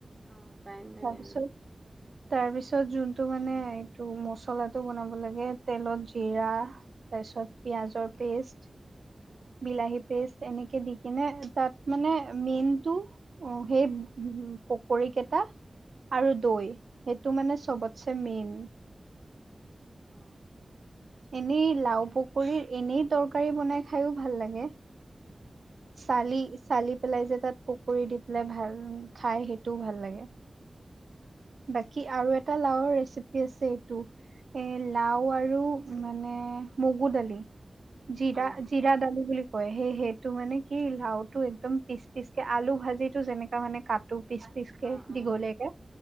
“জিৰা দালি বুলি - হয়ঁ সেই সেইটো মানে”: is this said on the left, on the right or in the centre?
Right